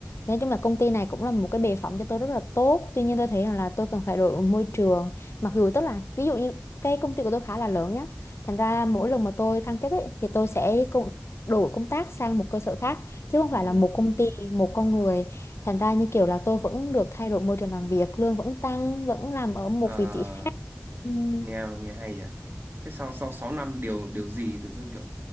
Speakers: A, on the left; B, on the right.
A: nói chung là công ty này cũng là một cái bệ phóng cho tôi rất là tốt tuy nhiên tôi thấy rằng là tôi cần phải đổi môi trường mặc dù tức là ví dụ như cái công ty của tôi khá là lớn nhá Thành ra mỗi lần mà tôi thăng chức ấy, thì tôi sẽ công, đổi công tác sang một cơ sở khác chứ không
B: ừ.
A: phải là một công ty, một con người. Thành ra như kiểu là tôi vẫn được thay đổi môi trường làm việc, lương vẫn tăng, vẫn làm ở một
B: ờ,
A: vị trí khác. Ừm,
B: nghe nghe hay nhỉ thế sau sau 6 năm điều điều gì tự dưng kiểu